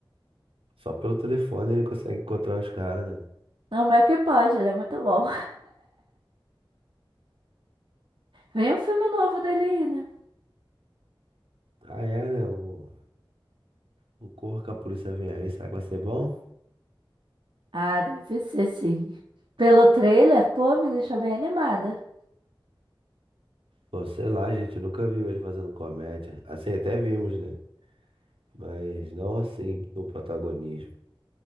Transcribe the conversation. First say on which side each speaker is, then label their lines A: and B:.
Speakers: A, on the right; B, on the right.
A: Só pelo telefone ele consegue encontrar os caras, né?
B: não, mas é que pode, ele é muito bom. Vem um filme novo dele aí, né?
A: Ah, é, né? O... O Corra que a Polícia Vem Aí, será que vai ser bom?
B: Ah, deve ser sim. Pelo trailer, pô, me deixou bem animada.
A: Pô, sei lá, a gente, nunca viu ele fazendo comédia. Assim, até vimos, né? Mas não assim, no protagonismo.